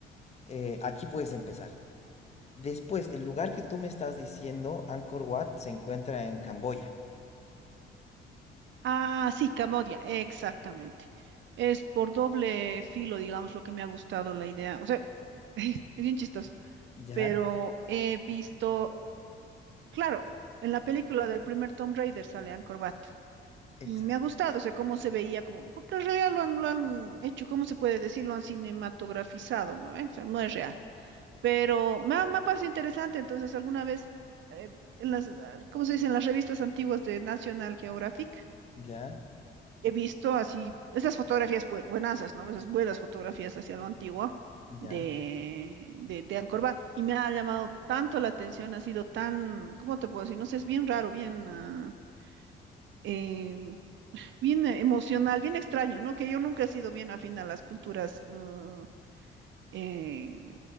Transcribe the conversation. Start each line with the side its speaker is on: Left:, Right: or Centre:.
Left: eh, aquí puedes empezar. Después, el lugar que tú me estás diciendo, Angkor Wat, se encuentra en Camboya.
Right: Ah, sí, Camodia, exactamente. Es por doble filo, digamos, lo que me ha gustado la idea. O sea, <laughs> es bien chistoso,
Left: Ya,
Right: pero he visto, claro, en la película del primer Tomb Raider sale Angkor Wat
Left: exacto.
Right: y me ha gustado, o sea, cómo se veía, como, porque en realidad lo han, lo han hecho, ¿cómo se puede decir? Lo han cinematografizado, ¿no? ¿Eh? O sea, no es real, pero me ha, me ha parecido interesante, entonces alguna vez, eh, en las, ah, ¿cómo se dice? En las revistas antiguas de National Geographic
Left: Ya,
Right: he visto así, esas fotografías bue- buenazas, ¿no? Esas buenas fotografías hacia lo antiguo
Left: ya.
Right: de, de, de Angkor Wat. Y me ha llamado tanto la atención, ha sido tan, ¿cómo te puedo decir? No sé, es bien raro, bien, ah, eh, bien eh, emocional, bien extraño, ¿no? Que yo nunca he sido bien afín a las culturas ah, eh,